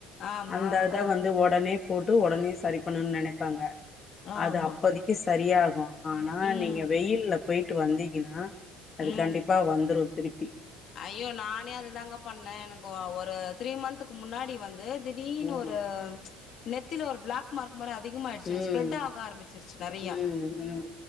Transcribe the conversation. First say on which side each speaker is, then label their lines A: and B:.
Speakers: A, on the left; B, on the left.
A: ஆமா
B: அந்தது தா
A: அ
B: வந் து ஒடனே போட்டு ஒடனே சரி பண்ணனுன் நெனைப்பாங்க
A: ஆமா
B: அது அப்போதைக்கு சரியாகு ஆனா
A: ம்
B: நீங்க வெயில்ல போயிட்டு வந்தீங்கனா அது
A: ம்
B: கண்டிப்பா வந்துரு திருப்பி
A: ஐயோ நானே அது தாங்க பண்ணே எனக்கு ஒ ஒரு த்ரீ மந்த்துக்கு முன்னாடி வந்து திடீர்னு
B: ம்
A: ஒரு நெத்தில ஒரு பிளாக் மார்க் மாரி அதிகமாயிடுச்சு
B: ம்
A: ஸ்ப்ரெட் ஆக ஆரம்மிச்சிருச்சு நெறையா
B: ம் ம்